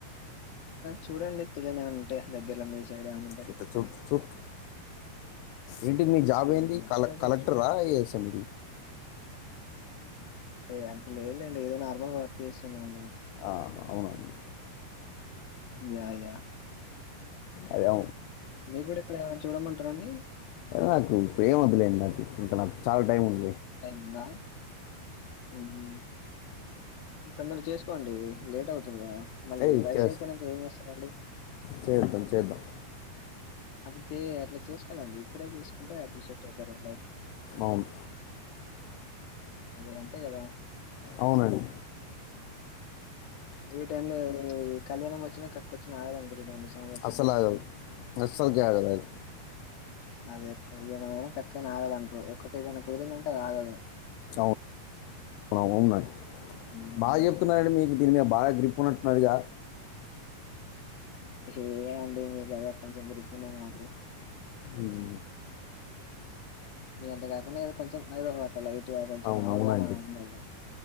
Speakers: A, on the left (about 65°); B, on the left (about 85°).
A: చూడండి పిల్లను ఏమైనా ఉంటే దగ్గరలో మీ సైడ్ ఏమన్నా ఉంటే
B: చట్ట చట్ చోట్ ఏంటి మీ జాబ్
A: చూడండి.
B: ఏంది
A: మర్చిపోకండి
B: కల కలెక్టర్
A: చూడండి.
B: రా ఏశం
A: ఏ అంత లేదులేండి ఏదో నార్మల్గా వర్క్ చేస్తున్నాం
B: ఆ అవునండి
A: యా యా
B: అదే
A: మీరు కూడా ఇక్కడ ఎవరనైనా చూడమంటారండి
B: నాకు ప్రేమదలే ఉంట ఇంక నాకు చాలా టైం ఉంది
A: అయింద ఉహు తొందర చేసుకోండి లేట్ అవుతుంది కదా మళ్ళీ
B: ఏ
A: వయసు
B: చేస్
A: అయిపోయినాక ఏం చేస్తారండి
B: చేద్దాం చేద్దాం
A: అప్పుడు చే అట్ల చేసుకోవాలండి ఇప్పుడే చేసుకుంటే అపుడు సెట్ అవుతారు లైఫ్
B: అవును
A: అదే అంతే కదా
B: అవునండి
A: ఏ టైం లో కళ్యాణం వచ్చినా కక్క వచ్చినా ఆగదంటరు చూడండి సామెత సామెత
B: అసలు ఆగదు అస్సలు కే ఆగదు అది
A: అదే కళ్యాణ ఏ క్కకానా ఆగదంటూ ఒక్కటి ఏదైనా కోరిందంటే అది ఆగదు
B: అవును అవును
A: ఉమ్,
B: బాగా చెప్తున్నాడి మీకు దీని మీద బాగా గ్రిప్ ఉన్నట్టున్నదిగా
A: ఏ అంటే మీకు కొంచెం గ్రిప్ ఉన్నది మాకు
B: ఉం
A: మీ అంత కాకుండా ఏదో కొంచెం ఏదో వరక్ లైట్గా కొంచెం
B: అవును
A: అవగాహన
B: అవునండి
A: ఉండదుగా